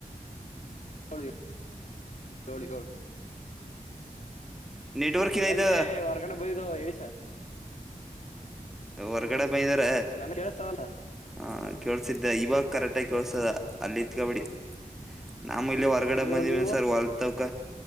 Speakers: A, on the left; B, in the centre.
A: ಹಳಿ ಹಳಿ ಹಳು.
B: ನೆಟ್ವರ್ಕ್ ಇದೈತ
A: ನಾವ ಇಲ್ಲೇ ಹೊರ್ಗಡೆ ಬಯದು ಹೇಳಿ ಸ.
B: ಹೊರ್ಗಡೆ ಬೈಂದಾರ.
A: ನನ್ಗೆ ಕೇಳಿಸ್ತದಲ್ಲ.
B: ಹ ಕೇಳ್ಸಿದ್ದೆ ಇವಾಗ ಕರೆಕ್ಟ್ಗ ಕೇಳ್ಸದ ಅಲ್ಲಿತ್ ಕಬಡಿ. ನಾಮ ಇಲ್ಲಿ ಹೊರ್ಗಡೆ
A: ನೀವು
B: ಬಂದಿವನ್
A: ನೀವು
B: ಸರ್ ವಲ್ತವಕ.